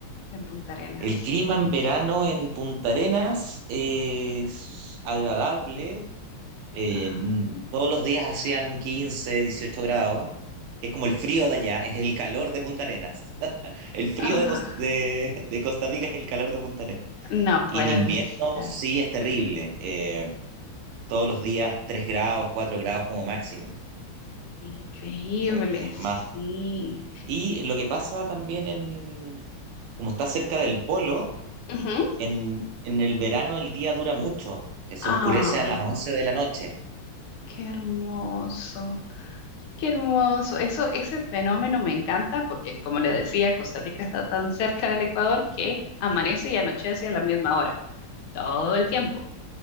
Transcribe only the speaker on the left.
en Punta Arenas?
Ajá.
Ah,
no puede
ser.
Increíble,
sí.
Ujú.
Ah,
qué hermoso, qué hermoso. Eso, ese fenómeno me encanta porque, como le decía, Costa Rica está tan cerca del Ecuador que amanece y anochece a la misma hora, todo el tiempo.